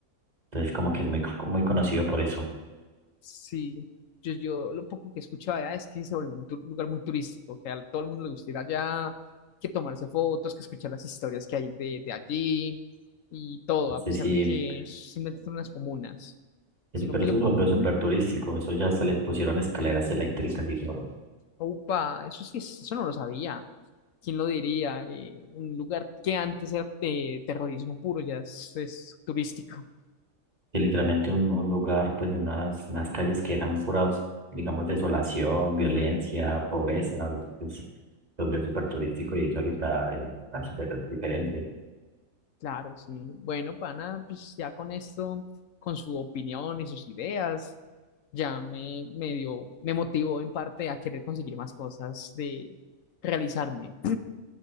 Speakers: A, on the right; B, on the left.
A: entonces como que es muy, co- muy conocido por eso.
B: Sí, yo, yo lo poco que escuchaba allá es que se volvió un tu- lugar muy turístico, que a todo el mundo le gusta ir allá, que tomarse fotos, que escuchar las historias que hay de, de allí y todo, a
A: Sí,
B: pesar
A: sí,
B: de que simplemente son unas comunas,
A: eso-
B: sino
A: pero
B: que
A: eso
B: lo...
A: es
B: ujú.
A: súper turístico, eso ya se le pusieron escaleras eléctricas y todo.
B: Upa, eso sí, es- eso no lo sabía. ¿Quién lo diría? Eh, un lugar que antes era de terrorismo puro ya es, es turístico.
A: que literalmente un, un lugar, pues de unas, unas calles que eran pura, digamos, desolación, violencia,
B: Ujú.
A: pobreza, pues, lo vio súper turístico y eso ahorita eh, está súper diferente.
B: Claro, sí. Bueno, pana, pues ya con esto, con su opinión y sus ideas, ya me, me dio, me motivó en parte a querer conseguir más cosas de realizarme.